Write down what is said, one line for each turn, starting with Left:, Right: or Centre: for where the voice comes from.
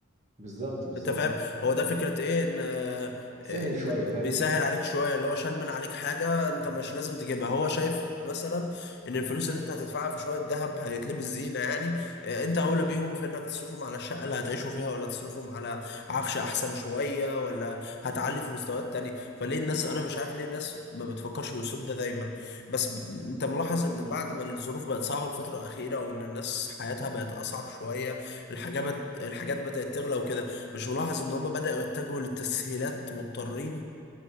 Right: بالظبط بالظبط
Left: انت فاهم هو ده فكرة ايه ان آه،
Right: بيسهل
Left: إنت-
Right: شويه فاهم
Left: بيسهل
Right: انت
Left: عليك شوية اللي هو شال من عليك حاجة انت مش لازم تجيبها هو شايف مثلا ان الفلوس اللي انت هتدفعها في شوية ذهب هيتلبس زينة يعني آه، انت اولى بيهم في انك تصرفهم على الشقة اللي هتعيشوا فيها ولا تصرفهم على عفش احسن شوية ولا هتعلي في مستويات تانية فليه الناس انا مش عارف ليه الناس ما بتفكرش بالاسلوب ده دايما بس ب- انت ملاحظ ان بعد ما الظروف بقت صعبة الفترة الأخيرة وان الناس حياتها بقت اصعب شوية الحاجات الحاجات بدأت تغلى وكده مش ملاحظ ان هما بدأوا يتجهوا للتسهيلات مضطرين